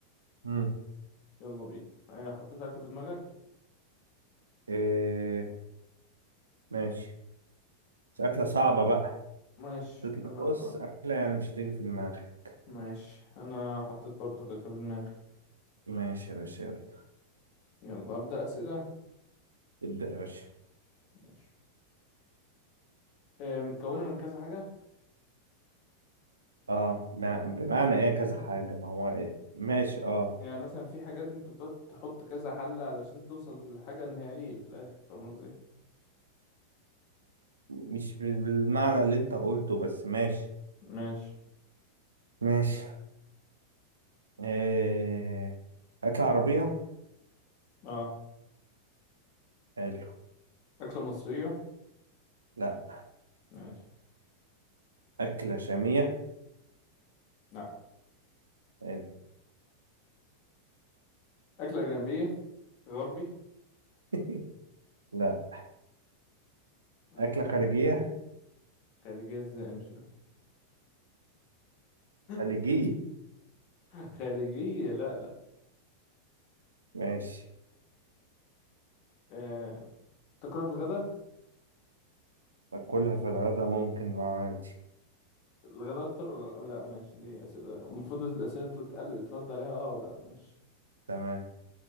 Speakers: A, on the right; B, on the left.
A: مم.
B: يلا بينا أه، حطيت أكلة في دماغك
A: إيه ماشي بس اكله
B: م.
A: صعبه بقى
B: ماشي
A: تطلع
B: أنا
A: بص
B: أه،
A: اكله يعني مش هتيجي في دماغك
B: ماشي أنا حطيت برضك أكلة في دماغي
A: ماشي يا باشا يلا
B: يلا أبدأ أسئلة
A: ابدا يا باشا
B: ماشي أه، متكونة من كذا حاجة
A: اه بمع- بمعنى ايه كذا حاجه ما هو إيه؟ ماشي اه
B: يعني مثلا في حاجات انت بتقعد تحط كذا حل علشان توصل لحاجة نهائية في الآخر فاهم قصدي؟
A: مش بال- بالمعنى اللي انت قلته بس ماشي
B: ماشي
A: ماشي إيه اكله عربيه
B: اه
A: حلو
B: أكلة مصرية
A: لا
B: ماشي
A: اكله شاميه
B: لا
A: حلو
B: أكلة أجنبية غربي
A: <laughs> لا
B: ماشي
A: اكله خارجيه
B: خارجية ازاي مش <laughs>
A: خليجيه
B: خارجية لا لا
A: ماشي
B: آه... تاكلها في الغداء؟
A: أكلها في الغدا ممكن أه عادي
B: الغداء أكتر ولا لا؟ لا ماشي دي أسئلة المفروض الأسئلة تتقل ترد عليها اه ولا ماشي
A: تمام